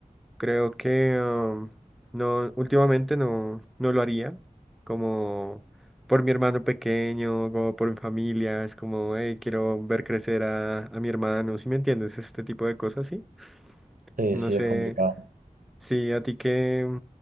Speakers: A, in the centre; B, on the right.
A: Creo que um, no, últimamente no, no lo haría, como por mi hermano pequeño, como por mi familia, es como, hey, quiero ver crecer a, a mi hermano, ¿sí me entiendes? Este tipo de cosas, ¿sí?
B: Sí,
A: No
B: sí,
A: sé
B: es complicado.
A: si a ti que